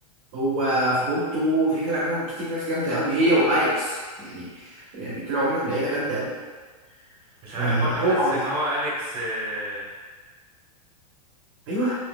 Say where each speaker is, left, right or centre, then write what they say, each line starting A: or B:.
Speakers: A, on the right; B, on the right.
A: هو في بورتو في طلع منهم كتير ناس جامده قوي هي واياكس يعني يعني طلعوا منهم لعيبه جامده قوي
B: مش
A: فهو
B: عارف برضه حاسس
A: معروف
B: ان هو اليكس آه،
A: ايوه